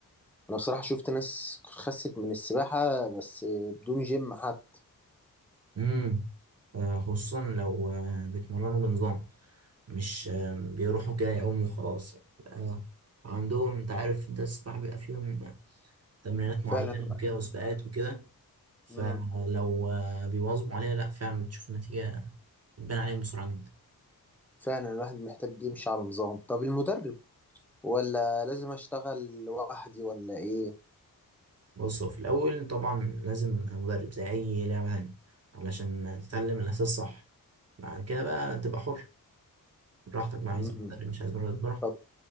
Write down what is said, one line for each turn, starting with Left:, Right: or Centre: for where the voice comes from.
Centre: انا بصراحة شفت ناس خست من السباحة بس بدون جيم حتى
Right: امم آه، خصوصا لو آه، بيتمرنوا بنظام مش آه، بيروحوا كده يعوموا وخلاص يعني بيبقى عندهم انت عارف انت السباحة بيبقى فيهم تمرينات معينة
Centre: فعلا الواحد-
Right: وكده وسباقات وكده فلو
Centre: مم.
Right: آه، بيواظبوا عليها لا فعلا بتشوف النتيجة بتبان عليهم بسرعة جدا
Centre: فعلا الواحد محتاج يمشي على نظام طب المدرب ولا لازم اشتغل لوحدي ولا ايه
Right: بص هو في الأول طبعا لازم مدرب زي أي لعبة تانية علشان تتعلم الأساس صح بعد كده بقى تبقى حر براحتك بقى
Centre: مم.
Right: عايز مدرب مش عايز مدرب براحتك
Centre: طب